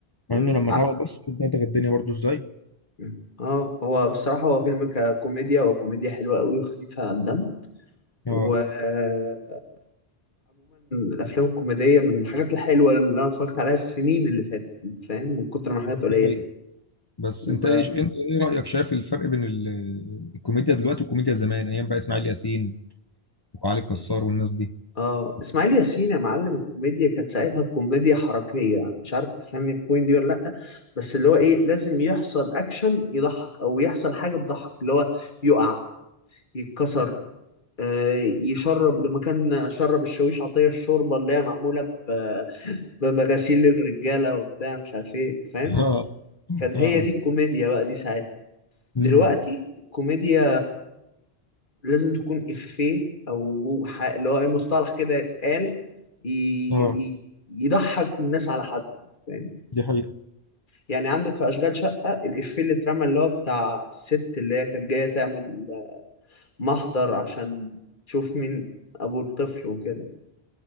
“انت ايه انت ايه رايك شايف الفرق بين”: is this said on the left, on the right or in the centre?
Left